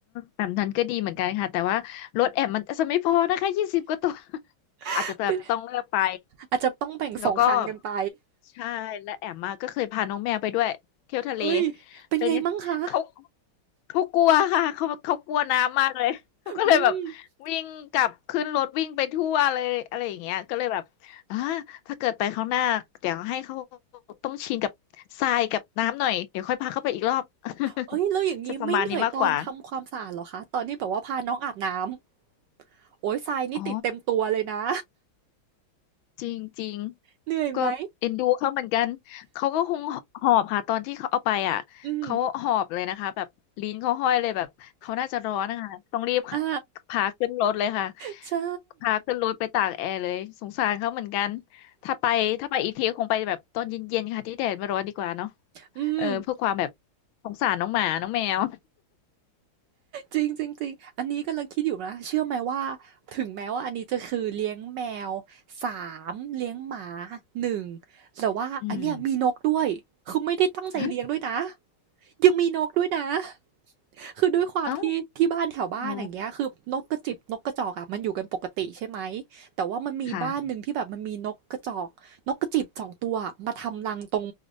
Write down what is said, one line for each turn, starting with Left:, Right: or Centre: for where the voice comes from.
Left: แบบนั้นก็ดีเหมือนกันค่ะแต่ว่ารถแอมมันจะไม่พอนะคะยี่สิบกว่าตัวอาจจะแบบต้องเลือกไป
Right: ๆ <laughs> เป็น อาจจะต้องแบ่งสองคันกันไป
Left: แล้วก็ ใช่และแอมมาก็เคยพาน้องแมวไปด้วยเที่ยวทะเล
Right: เอ้ยเป็นไงมั่งคะ
Left: เป็นยังเขาเขากลัวค่ะเขาเขากลัวน้ำมากเลยเขาก็เลยแบบ
Right: อืม
Left: วิ่งกลับขึ้นรถวิ่งไปทั่วเลยอะไรอย่างเงี้ยก็เลยแบบอ่าถ้าเกิดไปครั้งหน้าเดี๋ยวให้เขาต้องชินกับทรายกับน้ำหน่อยเดี๋ยวค่อยพาเขาไปอีกรอบ
Right: เอ้ยแล้วอย่างนี้ไม่เหนื่อยตอนทำความสะอาดเหรอคะตอนที่แบบว่าพาน้องอาบน้
Left: <laughs> จะประมาณนี้มากกว่า
Right: ำโอ้ยทรายนี่ติดเต็มตัวเลยนะ
Left: อ๋อ จริงจริง
Right: เหนื่อยไหม
Left: ก็เอ็นดูเขาเหมือนกันเขาก็คงหอบค่ะตอนที่เขาเอาไปอ่ะเขาหอบเลยนะคะแบบลิ้นเขาห้อยเลยแบบเขาน่าจะร้อนนะคะต้องรีบ
Right: อืมอ่า
Left: พาขึ้นรถเลยค่ะ
Right: ใช่
Left: พาขึ้นรถไปตากแอร์เลยสงสารเขาเหมือนกันถ้าไปถ้าไปอีกทีคงไปแบบตอนเย็นๆค่ะที่แดดไม่ร้อนดีกว่าเนาะ
Right: อืม
Left: เออเพื่อความแบบสงสารน้องหมาน้องแมว
Right: จริงจริงจริงอันนี้กำลังคิดอยู่นะเชื่อไหมว่า ถึงแม้ว่าอันนี้จะคือเลี้ยงแมวสามเลี้ยงหมาหนึ่งแต่ว่าอันเนี้ยมีนกด้วยคือไม่ได้ตั้งใจเลี้ยงด้วยนะ
Left: อืมฮะ
Right: ยังมีนกด้วยนะ <laughs> คือด้วยความที่ที่บ้านแถวบ้านอย่างเงี้ยคือนกกระจิบนกกระจอกอ่ะมันอยู่กันปกติใช่ไหม
Left: เอ้าโห
Right: แต่ว่ามันมีบ้านหนึ่งที่แบบมันมีนกกระจอกนกกระจิบสองตัวอะมาทำรังตรง
Left: ค่ะ